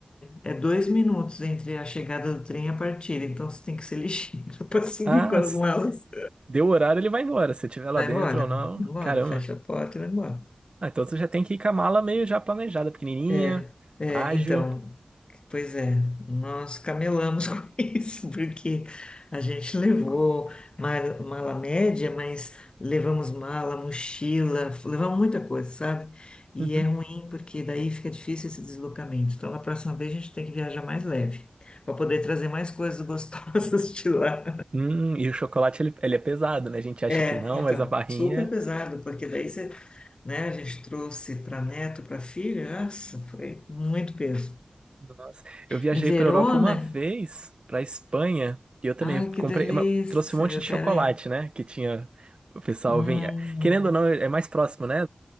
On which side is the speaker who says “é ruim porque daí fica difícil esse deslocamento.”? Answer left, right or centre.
Left